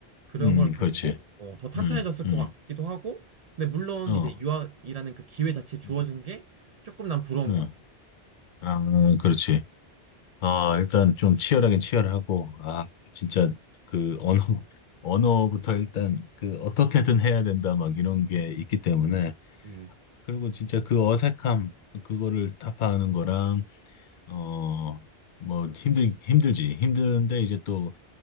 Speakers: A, on the right; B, on the left.
A: 그런
B: 음,
A: 걸
B: 음,
A: 겪고
B: 그렇지.
A: 어, 더 탄탄해졌을
B: 음, 음,
A: 것 같기도 하고 근데 물론
B: 어,
A: 이제 유학이라는 그 기회 자체 주어진
B: 음,
A: 게 조금 난 부러운
B: 음.
A: 것 같아
B: 아, 그렇지. 아, 일단 좀 치열하긴 치열하고, 아, 진짜 그 언어, 언어부터 일단 그 어떻게든 해야 된다, 막 이런 게 있기 때문에.
A: 음.
B: 그리고 진짜 그 어색함, 그거를 타파하는 거랑, 어, 뭐, 힘들, 힘들지. 힘든데, 이제 또,